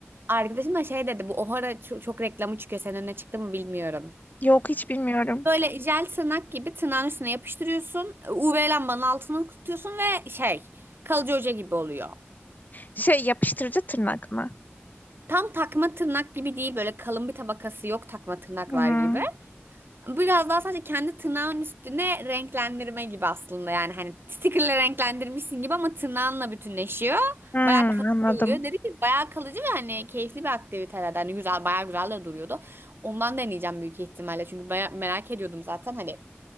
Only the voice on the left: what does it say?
Yok hiç bilmiyorum.
Şey yapıştırıcı tırnak mı?
Hmm,
hmm,
anladım.